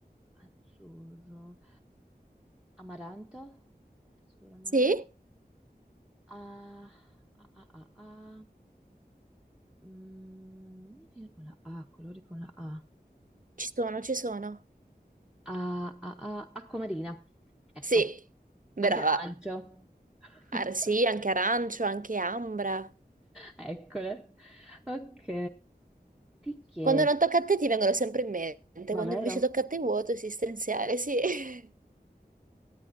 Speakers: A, in the centre; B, on the right (about 50°).
A: azzurro. Amaranto. Azzurro, amaranto.
B: Sì?
A: Ah, ah, ah, ah, ah. Mm, non mi viene con la A, colori con la A.
B: Ci sono, ci sono.
A: Ah, ah, ah, acqua marina. Ecco,
B: Sì, brava.
A: anche arancio. <laughs>
B: Ah, sì, anche arancio, anche ambra.
A: Eccole. Ok, ti chiedo,
B: Quando non tocca a te ti vengono sempre in mente,
A: ma
B: quando
A: vero?
B: invece tocca a te è vuoto esistenziale, sì. <laughs>